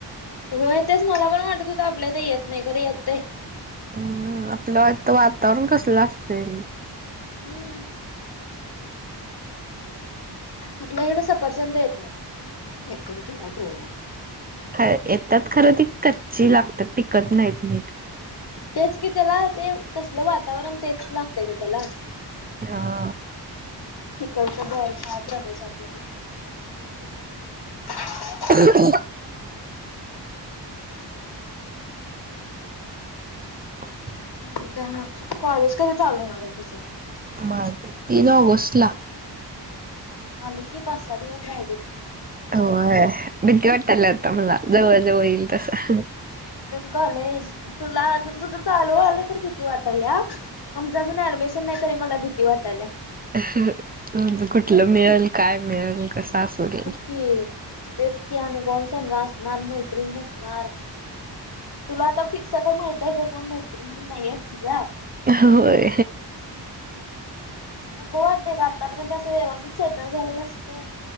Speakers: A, on the left; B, on the right.
A: होय तेच मला पण वाटत हुत आपल्या इथ येत नाय खर येतय.
B: हम आपल्याइथ वातावरण कसलं असतय.
A: हम्म आपल्या इकडं सफरचंद येत नाय, येतील की नाय काय कळना.
B: ह येतात खरं ती कच्ची लागतात टिकत नाहीत नीट.
A: तेच कि त्याला ते तसलं वातावरण तेच लागतय ग त्याला.
B: हा
A: तिकडचं बर्फाळ प्रदेशातलं हाय ते. <inaudible>
B: <unintelligible> <inaudible>
A: अनी काय म कॉलेज कधी चालु होणाराय तुझं?
B: माझं तीन ऑगस्टला.
A: थांब की पाच सहा दिवस राहिलेत.
B: होय भीती वाटत्याय लय आता मला जवळ जवळ येईल तसं.
A: काॅलेज तुला अजुन तुझं चालु व्हायलय तर भीती वाटायल्या आमचं अजुन ऍडमीश्- नाही तरी मला भीती वाटायल्या.
B: ह, ह म्हंजे कुठलं मिळंल काय मिळंल कसं असंल?
A: हम तेच कि आणि कोन संग असणार मैत्रीण नसणार. तुला आता फिक्स तर माहिताय गं का कोण मैत्रिणी नाईयेत तुझ्या.
B: होय
A: मग को वाटतय का आत्तापर्यंत असं व्यवस्थित सेटल झालेलं असते.